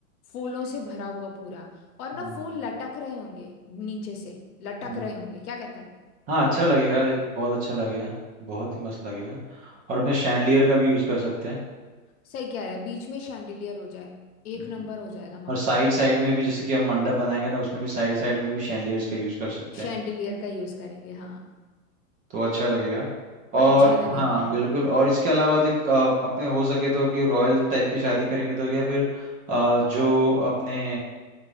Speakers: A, on the left; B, on the right.
A: फूलों से भरा हुआ पूरा और
B: हम्म
A: ना फूल लटक रहे होंगे नीचे से लटक
B: हम्म
A: रहे होंगे क्या कहते हैं
B: हाँ अच्छा लगेगा देख बहुत अच्छा लगेगा बहुत ही मस्त लगेगा और अपने शैंडलियर का भी यूज़ कर सकते हैं
A: सही कह रहा है बीच में शैंडिलियर हो जाए एक
B: हम्म।
A: नंबर हो जाएगा
B: और
A: मामला
B: साइड साइड में भी जैसे कि हम मंडप बनाएंगे ना उसमें भी साइड साइड में भी शैंडलियर्स का यूज़ कर सकते
A: शैंडिलियर
B: हैं
A: का यूज करेंगे हाँ
B: तो अच्छा लगेगा और
A: अच्छा लगेगा
B: हाँ बिल्कुल और इसके अलावा देख अ, अपने हो सके तो कि रॉयल टाइप की शादी करेंगे तो या फिर अ, जो अपने